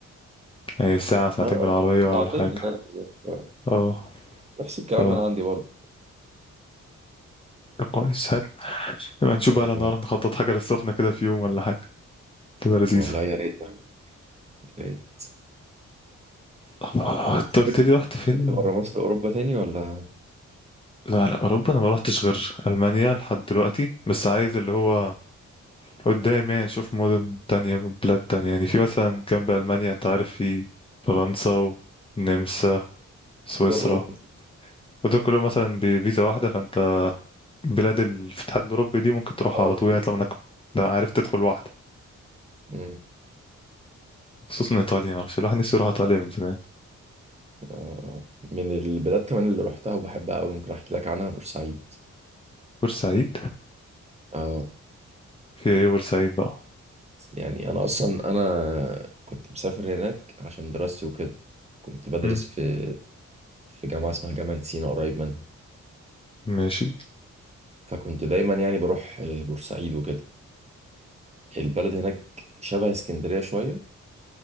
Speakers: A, on the left; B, on the right.
A: يعني ساعة ساعتين
B: اه
A: بالعربية ولا
B: ساعتين
A: حاجة
B: من هنا بالظبط آه،
A: اه
B: نفس الكلام
A: ف
B: من عندي برضه
A: طب كويس حلو نبقى نشوف
B: أوكي.
A: بقى لو نعرف نخطط حاجة للسخنة كده في يوم ولا حاجة تبقى لذيذة
B: والله يا ريت يعني، يا ريت
A: آه،
B: انت
A: انت
B: سافرت
A: قلت لي رحت فين
B: بره مصر أوروبا تاني ولا
A: لا لا اوروبا انا ما روحتش غير المانيا لحد دلوقتي بس عايز اللي هو قدام يعني اشوف مدن تانية بلاد تانية يعني في مثلا جنب المانيا انت عارف في فرنسا والنمسا سويسرا
B: في دول أوروبا؟
A: ودول كلهم مثلا بفيزا واحدة فانت بلاد الاتحاد الاوروبي دي ممكن تروحها
B: اه
A: على
B: بتفرق
A: طول يعني طالما انك لا عارف تدخل واحدة
B: مم.
A: خصوصا ايطاليا معرفش الواحد نفسه يروح ايطاليا من زمان
B: آه، من البلاد كمان اللي روحتها وبحبها أوي ممكن أحكي لك عنها بورسعيد
A: بورسعيد
B: اه
A: في ايه بورسعيد بقى
B: يعني أنا أصلا أنا كنت مسافر هناك عشان دراستي وكده كنت بدرس
A: مم.
B: في في جامعة اسمها جامعة سينا قريب منها
A: ماشي
B: فكنت دايما يعني بروح آه، بورسعيد وكده البلد هناك شبه اسكندرية شوية